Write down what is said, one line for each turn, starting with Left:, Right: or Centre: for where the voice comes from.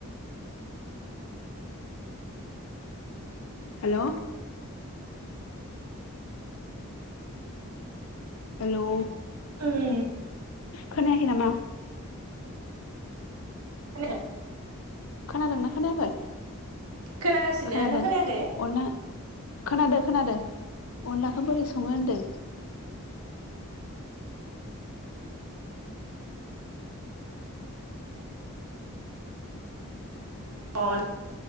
Left: हेल' हेलै
Right: <unintelligible>
Left: खोनायाखै नामा
Right: <unintelligible> खोनायाखै
Left: खोनादोंना खोनायाखै
Right: खोनागासिनो
Left: खोनादों
Right: नों खोनायाखै
Left: अनला खोनादो खोनादादों अनलाखौ बोरै सङो होनदो
Right: अन